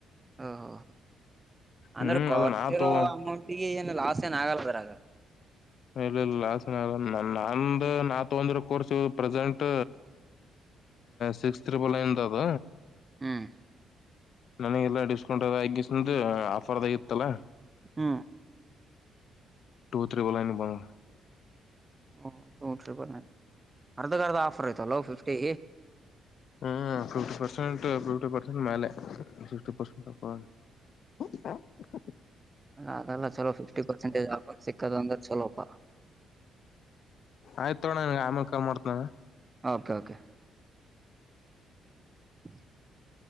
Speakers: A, on the right; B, on the left.
A: ಓಹೋ ಅಂದ್ರ
B: ಹ್ಮ್
A: ಕಟ್ಟಿರೋ
B: ಅದ ನಾ ತಗೋ
A: ಅಮೌಂಟಿ ಗೆ ಏನು ಲಾಸ್ ಏನ್ ಆಗಲ್ಲದರಾಗ?
B: ಇಲ್ ಇಲ್ಲ ಲಾಸ್ ಏನ್ ಆಗಲ್ಲ ನ ನಂದ ನಾ ತಗೊಂದಿರ ಕೋರ್ಸ ಪ್ರೆಸೆಂಟ್ ಸಿಕ್ಸ್ ತ್ರಿಬಲ್ ನೈನ್ ಅದ.
A: ಹ್ಮ್
B: ನನಗೆಲ್ಲಾ ಡಿಸ್ಕೌಂಟ್ ಎದ ಎಗ್ಗಿಸದು ಆಫರ್ ದಾಗ್ ಇತ್ತಲ್ಲ
A: ಹ್ಮ
B: ಟೂ ತ್ರಿಬಲ್ ನೈನು ಬಂದ.
A: ಓಹ್ ಟು ತ್ರಿಬಲ್ ನೈನ್ ಅರ್ಧಕ್ ಅರ್ಧ ಆಫರ್ ಐತಲ್ಲೋ ಫಿಫ್ಟಿ.
B: ಹ್ಮ್ ಫಿಫ್ಟಿ ಪರ್ಸೆಂಟ್ ಫಿಫ್ಟಿ ಪರ್ಸೆಂಟ್ ಮೇಲೆ. ಸಿಕ್ಸ್ಟಿ ಪಾರ್ಸೆಂಟಪ್ಪಾ <unintelligible>
A: ಅದೆಲ್ಲ ಚಲೋ ಫಿಫ್ಟಿ ಪರ್ಸೆಂಟೇಜ್ ಆಫರ್ ಸಿಕ್ಕದ ಅಂದ್ರೆ ಚಲೋಪ.
B: ಆಯ್ತು ತಗೋಣ ನಿಂಗ್ ಆಮೇಲ್ ಕಲ್ ಮಾಡ್ತನ.
A: Okay okay <inaudible>